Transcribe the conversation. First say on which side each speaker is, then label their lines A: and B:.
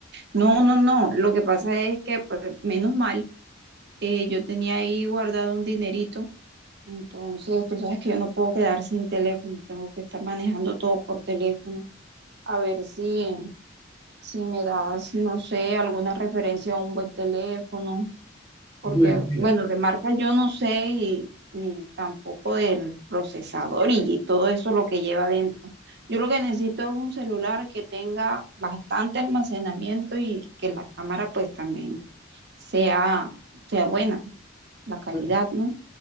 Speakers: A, on the right; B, on the left.
A: No, no, no. Lo que pasa es que, pues, menos mal, eh, yo tenía ahí guardado un dinerito. Entonces, tú sabes que yo no puedo quedar sin teléfono. Tengo que estar manejando todo por teléfono. A ver si, si me das, no sé, alguna referencia a un buen teléfono. Porque,
B: bueno, mira,
A: bueno, de marca yo no sé y, y tampoco del procesador y todo eso lo que lleva adentro. Yo lo que necesito es un celular que tenga bastante almacenamiento y que la cámara pues también sea, sea buena la calidad,
B: pe-
A: ¿no?